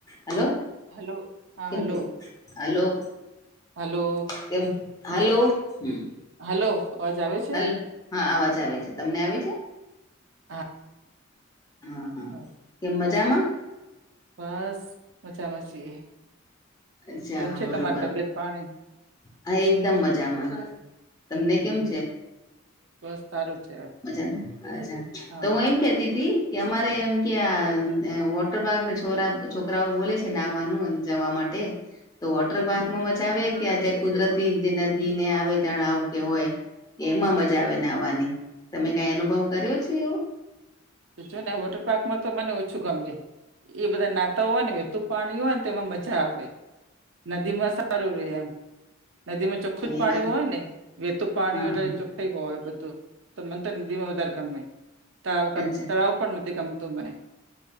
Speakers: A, on the left; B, on the right.
A: Hello
B: hello હા
A: કેમ
B: hello
A: થયું હલો
B: હલો
A: કેમ હલો હમ
B: હલો અવાજ આવે છે.
A: હલો હા અવાજ આવે છે તમને આવે છે?
B: હા
A: હા હા
B: બસ
A: કેમ મજામાં?
B: બસ મજામા છીએ.
A: અચ્છા
B: કેમ છે
A: બરોબર
B: તમારી તબિયત પાણી
A: હા એકદમ મજામાં તમને
B: હમ
A: કેમ છે?
B: બસ સારું છે
A: મજામાં અચ્છા
B: હા
A: તો હું એમ કેતી હતી કે અમારે એમ કે
B: હમ
A: વોટરબાગને છોરા છોકરાઓ બોલે છે નાવાનું જવા માટે તો વોટર
B: હમ
A: પાર્કમાં મજાવ કે આ જે કુદરતી જે નદીને આવે તળાવ કે હોય કે એમાં મજા આવે નાવાની તમે કઈ અનુભવ કર્યો છે એવો?
B: છ ને વોટર પાર્કમાં તો મને ઓછું ગમે એ બધા નાતા હોય ને તો પાણી હોય ને તેમાં મજા આવે નદી માં સારું રહેે એમ નદી માં ચોખ્ખું જ પાણી
A: એ વાત
B: હોય ને વેતું પાણી
A: હા
B: એટલે
A: હા
B: ચો <unintelligible> હોય બધું તો મનંતર નદીમાં વધારે ગમે તળાવ ક
A: અચ્છા
B: નથી ગમતું મને